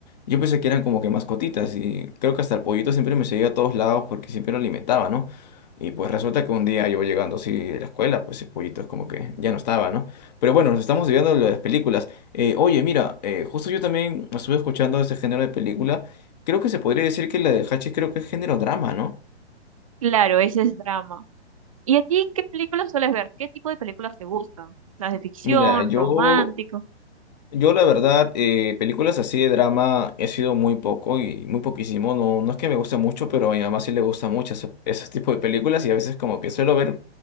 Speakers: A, on the left; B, on the right.
A: yo pensé que eran como que mascotitas y creo que hasta el pollito siempre me seguía a todos lados porque siempre lo alimentaba, ¿no? Y pues resulta que un día yo llegando así de la escuela, pues el pollito es como que ya no estaba, ¿no? Pero bueno, nos estamos viendo lo de las películas. Eh, oye, mira, eh, justo yo también estuve escuchando ese género de película. Creo que se podría decir que la de Hachis creo que es género drama, ¿no?
B: claro, ese es drama. ¿Y a ti qué películas sueles ver? ¿Qué tipo de películas te gustan? ¿Las de ficción,
A: Mira, yo
B: romántico?
A: Yo la verdad, eh, películas así de drama he sido muy poco y muy poquísimo. No, no es que me guste mucho, pero a mi mamá sí le gusta mucho ese, ese tipo de películas y a veces como que suelo ver